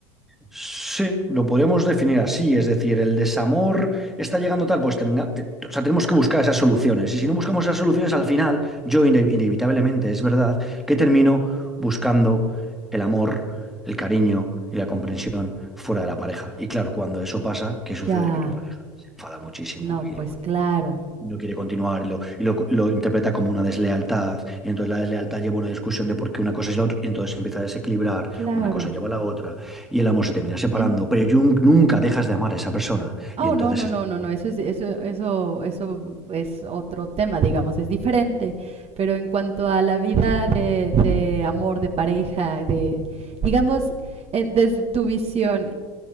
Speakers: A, in the centre; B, on the right (about 35°).
A: Sí, lo podríamos definir así, es decir, el desamor está llegando tal, pues tenga- te- o sea, tenemos que buscar esas soluciones. Y si no buscamos esas soluciones, al final, yo ine- inevitablemente, es verdad, que termino buscando el amor, el cariño y la comprensión fuera de la pareja. Y claro, cuando eso pasa, ¿qué sucede?
B: Ya.
A: Que tu pareja se enfada muchísimo
B: No, pues
A: y lo
B: claro,
A: no quiere continuar y lo, y lo, lo interpreta como una deslealtad. Y entonces la deslealtad lleva a una discusión de por qué una cosa es la otra. Y entonces se empieza a desequilibrar,
B: claro.
A: una cosa lleva a la otra y el amor se termina separando.
B: En-
A: Pero Jung nunca dejas de amar a esa persona.
B: Oh,
A: Y entonces
B: no, no,
A: es
B: no,
A: lo
B: no,
A: que
B: no,
A: llega.
B: eso es, eso, eso, eso es otro tema, digamos, es diferente. Pero en cuanto a la vida de, de amor, de pareja, de, digamos, eh, desde tu visión,